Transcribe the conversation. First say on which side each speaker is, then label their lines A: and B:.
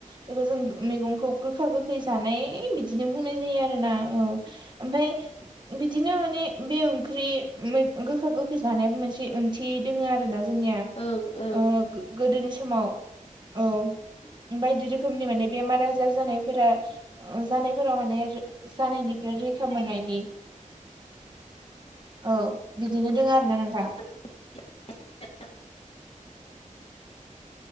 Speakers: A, on the right; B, on the left.
A: बेखौ जों मैगंखौ गोखा गोखै जानाय ए बिदिनो बुंनाय जायो आरो ना औ ओमफाय बिदिनो माने बे ओंख्रि गोखा गोखै जानायाबो मोनसे ओंथि दङो आरो ना जोंनिया
B: ओं ओं
A: ओ गोदोनि समाव औ बायदि रोखोमनि माने बेमार आजार जानाय फोरा ओ जानायफोराव माने जानायनिफ्राय रैखा मोननायनि औ बिदिनो दोङो आरोना नोंथां
B: <unintelligible>